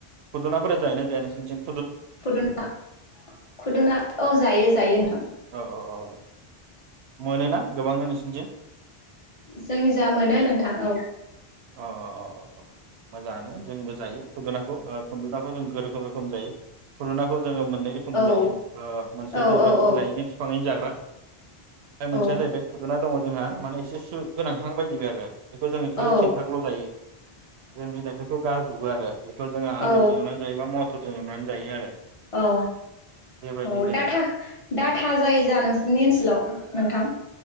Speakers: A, on the right; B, on the left.
A: खुदुनाफोर जायोना जा या नोंसिनिथिं
B: खुदुना खुदुना औ जायो जायो नोंथां
A: औ औ औ मोनोना गोबांनो नोंसिनिथिं
B: जोंनि जा मोनो नोंथां औ
A: अ अ अ अ मोजाङानो जोंबो जायो खुदुनाखौ खुन्दुनाखौ जों रोखोम रोखोम जायो खुन्दुनाखौ जोङो मोननै रोखोमनि
B: औ
A: जायो ओ मोनसेया
B: औ
A: जाहैबाय
B: औ औ
A: बिलाइैनो बिफाङैनो जाग्रा ओमफ्राय मोनसेया
B: औ
A: जाहैबाय खुदुना दङ जोंहा माने एसे सु गोनांहां बायदि आरो बेखौ जोङो खालि
B: औ
A: खेन्थांल' जायो जों बिलाइफोरखौ गारजोबो आरो बेखौ जोङो आलुजों
B: औ
A: एवनानै जायो बा मथरजों एवनानै जायो आरो
B: औ
A: बेबायदिनो
B: औ डा डाटा जायो जा नोंसोरनि ओनसोलाव नोंथां